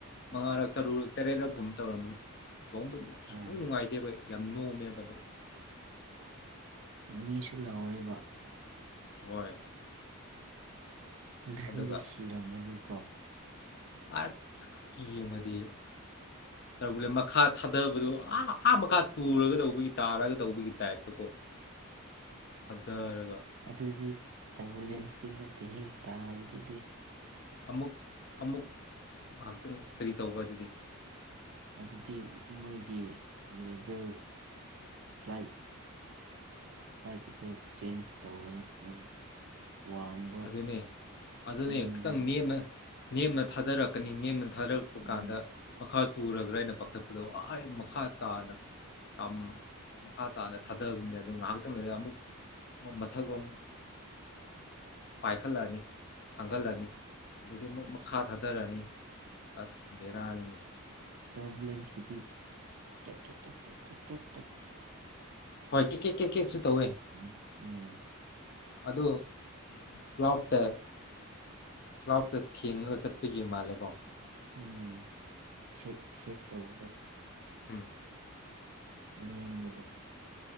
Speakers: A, on the left; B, on the right.
A: ꯃꯉꯥꯔꯛ ꯇꯔꯨꯔꯛ ꯇꯔꯦꯠꯔꯛ ꯐꯨꯝꯕ ꯇꯧꯔꯝꯒꯅꯤ ꯑꯣꯝꯕ ꯁꯨꯅ
B: ꯑꯥ
A: ꯅꯨꯡꯉꯥꯏꯇꯦꯕ ꯑꯩ ꯌꯥꯝꯅ ꯑꯣꯃꯦꯗꯨ
B: ꯃꯤꯁꯨ ꯂꯥꯎꯋꯦꯕ
A: ꯍꯣꯏ ꯑꯁ
B: ꯅꯪꯗꯤ
A: ꯑꯗꯨꯒ
B: ꯁꯤꯔꯝꯃꯅꯤꯀꯣ
A: ꯑꯁ ꯀꯀꯤ ꯑꯃꯗꯤ ꯇ ꯃꯈꯥ ꯊꯥꯗꯕꯗꯣ ꯑꯥ ꯑꯥ ꯃꯈꯥ ꯇꯨꯔꯒ ꯇꯧꯕꯒꯤ ꯇꯥꯔꯒ ꯇꯧꯕꯒꯤ ꯇꯥꯏꯞꯇ ꯀꯣ ꯊꯥꯗꯔꯒ
B: ꯑꯗꯨꯗꯤ ꯑꯦꯝꯕꯨꯂꯦꯟꯁꯇꯤ
A: ꯑꯃꯨꯛ
B: ꯅꯠꯇꯦ ꯍꯦꯛ ꯍ ꯇꯥꯕꯗꯤ ꯑꯗꯨꯗꯤ
A: ꯑꯃꯨꯛ ꯑꯃꯨꯛ ꯉꯥꯏꯍꯥꯛꯇꯪ ꯀꯔꯤ ꯇꯧꯕ ꯑꯗꯨꯗꯤ
B: ꯑꯗꯨꯗꯤ ꯃꯣꯏꯒꯤ ꯂꯕꯦꯜ ꯐ꯭ꯂꯥꯏꯠ ꯕꯥꯏꯛ ꯑꯗꯨ ꯆꯦꯟꯖ ꯇꯧꯕꯅꯦ ꯃꯣꯏ ꯋꯥꯡꯕ
A: ꯑꯗꯨꯅꯦ ꯑꯗꯨꯅꯦ
B: ꯅꯦꯝꯕꯅꯣ
A: ꯈꯤꯇꯪ ꯅꯦꯝꯅ ꯅꯦꯝꯅ ꯊꯥꯗꯔꯛꯀꯅꯤ ꯅꯦꯝꯅ ꯊꯥꯗꯔꯛꯄ
B: ꯎꯝ
A: ꯀꯥꯟꯗ ꯃꯈꯥ ꯇꯨꯔꯒ꯭ꯔꯥ ꯑꯩꯅ ꯄꯥꯈꯠꯄꯗꯣ ꯑ ꯃꯈꯥ ꯇꯥꯅ ꯌꯥꯝ ꯃꯈꯥ ꯇꯥꯅ ꯊꯥꯗꯕꯅꯤ ꯑꯗꯨ ꯉꯥꯏꯍꯥꯛꯇꯪ ꯂꯩꯔꯒꯦ ꯑꯃꯨꯛ ꯃꯊꯛꯂꯣꯝ ꯄꯥꯏꯈꯠꯂꯛꯑꯅꯤ ꯊꯥꯡꯒꯠꯂꯅꯤ ꯑꯗꯨꯗꯤ ꯑꯃꯨꯛ ꯃꯈꯥ ꯊꯥꯗꯔꯅꯤ ꯑꯁ ꯕꯤꯦꯔꯥꯟ
B: ꯇꯔꯣꯕꯨꯂꯦꯟꯁꯀꯤꯗꯤ ꯀ ꯀ ꯀ ꯀ ꯀ ꯀ ꯀ
A: ꯍꯣꯏ ꯀꯦꯛ ꯀꯦꯛ ꯀꯦꯛ ꯀꯦꯛꯁꯨ ꯇꯧꯋꯦ
B: ꯎꯝ ꯎꯝ
A: ꯑꯗꯨ ꯀ꯭ꯂꯥꯎꯠꯇ ꯀ꯭ꯂꯥꯎꯇ ꯊꯦꯡꯉꯒ ꯆꯠꯄꯒꯤ ꯃꯥꯜꯂꯦꯀꯣ
B: ꯎꯝ ꯁꯦꯛ ꯁꯦꯛ ꯇꯧꯕꯗꯣ
A: ꯎꯝ
B: ꯂꯦꯡꯕꯗꯣ